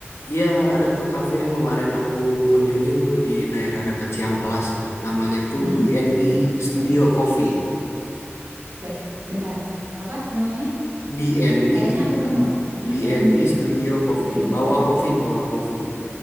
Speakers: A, on the left (about 75°); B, on the right (about 55°).
A: iya ada tuh kafe yang kemarin aku kunjungin tuh di daerah dekat Ciamplas lah namanya tuh
B: Mm-mm.
A: BND Studio Coffee
B: Se, bentar. Apa namanya?
A: BND
B: Kayaknya
A: Studio
B: aku kenal. BND.
A: BND Studio Coffee
B: BND
A: bawa
B: kan?
A: kopi bawa kopi